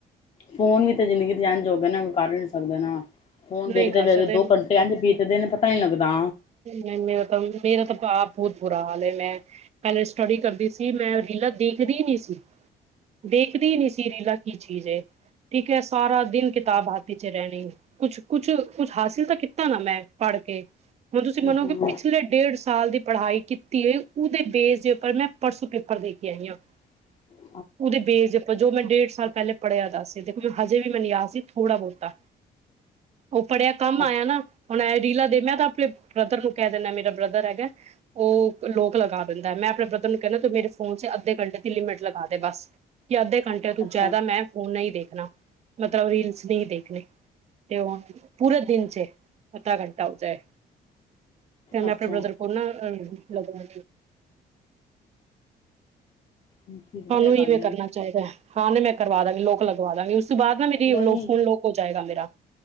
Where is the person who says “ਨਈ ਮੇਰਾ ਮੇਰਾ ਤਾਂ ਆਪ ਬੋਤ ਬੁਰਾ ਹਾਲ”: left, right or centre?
Right